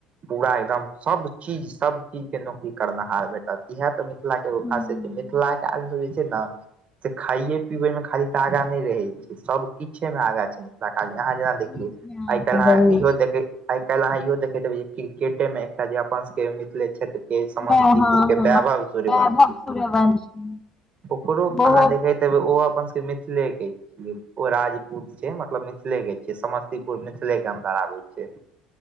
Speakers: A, on the right (about 45°); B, on the left (about 20°).
A: पूरा एकदम सब चीज सभ चीजके नौकरी करनहार भेटत इएह तऽ मिथिलाके एगो
B: सब
A: खासियत छै मिथिलाके आदमीसभ जे छै न से खाइये पीबै में खाली तऽ आगा नै रहै छै सब किछे में आगा चलै छै। <unintelligible> अहाँ जेना देखियौ
B: चीज मे
A: आइ काइल अहाँ
B: रहै
A: इहो
B: छै
A: देखै आइ काइल अहाँ इहो देखैत हेबै जे क्रिकेटे मे एकटा जे अपन सबके मिथिले क्षेत्र के समस्तीपुर
B: हँ हँ
A: के वैभव सूर्यवंशी
B: वैभव सूर्यवंशी
A: ओकरो
B: ओहो
A: अहाँ देखैत <unintelligible> ओ अपन सबके मिथिले के ओ राजपूत छै मतलब मिथिले के छै समस्तीपुर मिथिले के अन्दर आबै छै।